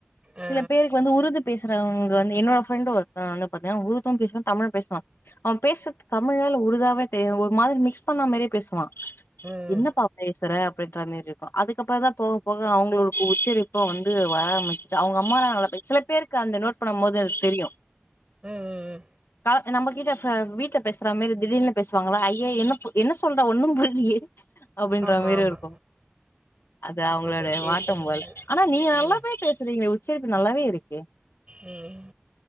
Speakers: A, on the right (about 25°); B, on the left (about 65°).
A: ஆ
B: சில பேருக்கு வந்து உருது பேசுறவங்க வந்து என்னோட ஃப் ஃப்ரெண்டு ஒருத்தவ வந்து பாத்தியனா உருது பேசுவா தமிழ் பேசுவா அவ பேசுறது தமிழா உருதாவே தெரியது ஒரு மாரி மிக்ஸ் பண்ண மாரியே பேசுவா
A: ம்
B: என்னப்பா பேசுற பின்ட்ற மாரி இருக்கு அதுக்கப்புறோ தா போ போக அவங்களுக்கு உச்சரிப்பு வந்து வர ஆரம்பிச் ச அவங்க அம்மா நா நல்லா பேச் சில பேருக்கு அந்த நோட் பண்ண போது அது தெரியு
A: உம் உம் உம்
B: க நம்ம கிட்ட ச வீட்ல பேசுற மாரி திடீர்னு பேசுவாங்களா ஐய என்னப் என்ன சொல்றா ஒன்னு புரிலியே அப்டின்ற
A: ஆமா
B: மாரி
A: ஆமா
B: இருக்கு அது அவ் உங்களோடய
A: ஒருத்தங்க பேச்சு
B: வாட்டம்
A: அந்த
B: போல
A: மாரி
B: ஆனா நீ நல்லாவே
A: ம்
B: பேசுறீங்களே உ சரி இப்ப நல்லாவே இருக்கே
A: உஹ்ம்